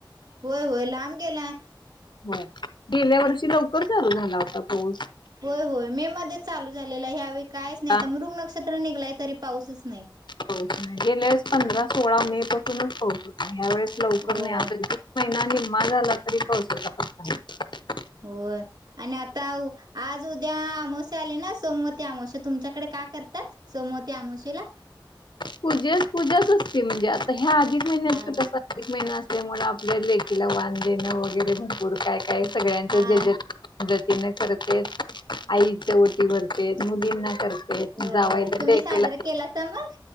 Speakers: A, on the right (about 60°); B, on the left (about 65°).
A: व्हय व्हय लांब गेलाय.
B: होय गेल्या वर्षी लवकर चालू झाला होता कोर्स!
A: होय होय मे मध्ये चालू झालेलं आहे ह्यावेळी कायच
B: होता
A: नाही आता मृग नक्षत्र निघालयच तरी पाऊसस नई
B: हो गेल्याळेस पंधरा सोळा मे पासूनच पउस ह्यावेळेस लवकर
A: होय
B: नाही आता जुन महि ना निम्मा झाला तरी पावसाचा पत्ता ना
A: होय आणि आता उ आज उद्या आमोसा आले ना सोमवती अमोशा तुमच्याकडे काय करतात सोमवती अमवशेला
B: पूजेस पूजाच असते म्हणजे आता हि ह्या अधिक महिन्यात
A: हा
B: कस प्रतिक महिन्या तेमु आपल्या लेखीला वानं देेणं वगैरे भरपूर काय कायं सगळ्यांच
A: हा.
B: जे जे द तीने करते आईच ओटी भरतेत मुलींना करते
A: होय
B: जावायला
A: होय तुम्ही
B: लेकी
A: साजरा केलासा मग?